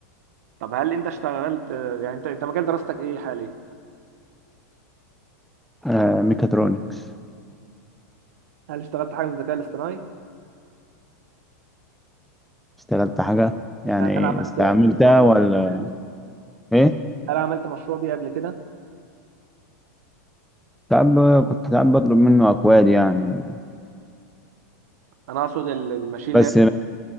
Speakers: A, on the right; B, in the centre.
A: طب هل انت اشتغلت يعني انت انت مجال دراستك ايه حاليا؟
B: آه، ميكاترونكس
A: هل اشتغلت حاجه في الذكاء الاصطناعي؟
B: اشتغلت حاجة يعني
A: يعني انا عملت
B: استعملتها
A: مشروع بيه
B: ولا
A: قبل كده يعني
B: ايه؟
A: انا عملت مشروع بيه قبل كده
B: ساعات ب- كنت ساعات بطلب منه اكواد يعني
A: انا اقصد ال- الماشين
B: بس
A: ليرنينج